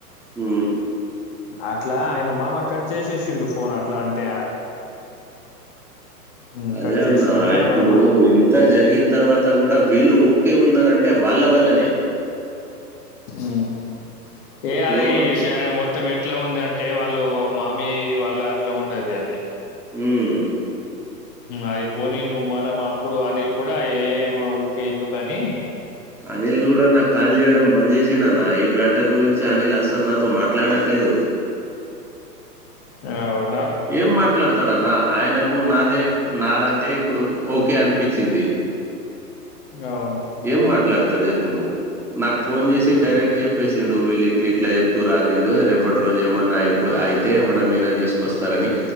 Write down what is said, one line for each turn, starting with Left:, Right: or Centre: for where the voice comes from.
Centre: హ్
Left: అట్లా ఆయన మామ కట్ చేసేసిండు ఫోన్ అట్లా అంటే. హ్మ్.
Centre: అదే
Left: కట్
Centre: అన్నా
Left: చేసినంక
Centre: ఇప్పుడు
Left: పొల్మల్
Centre: ఇంత జరిగిన తర్వాత కూడా వీళ్ళు కే ఉన్నరంటే వాళ్ళ వల్లనే.
Left: హ్ ఏ
Centre: ఇప్పుడు
Left: అది శయా మొ త్తం ఎట్లా ఉందంటే వాళ్ళు మామి వాళ్ళు అట్లా ఉన్నది అది.
Centre: హ్మ్.
Left: అది పోని నువ్వు మనం అప్పుడు అనిల్ కూడా ఏ ఊరికేందుకని.
Centre: అనిల్ కూడా నాకు కాల్ చేయడం బంద్ చేసిండన్నా ఈ మ్యాటర్ గురించి. అనిల్ అస్సలు నాతో మాట్లాడట్లేదు.
Left: అవు
Centre: ఏం మాట్లాడతాడన్న ఆయనకు నాదే నాదంటే ఇప్పుడు ఓకే అనిపించింది.
Left: అవును.
Centre: ఏం మాట్లాడతాడు చెప్పు నువ్వు. నాకు ఫోన్ చేసి
Left: హ్మ్.
Centre: డైరెక్ట్ చెప్పేసిండు నువ్వు ఇళ్ళు ఇట్లా ఇట్లా చెప్తుర్రు అరవింద్, రేపటి రోజు ఏమన్నా అయిపో అయితే మన మీద తీసుకొస్తారని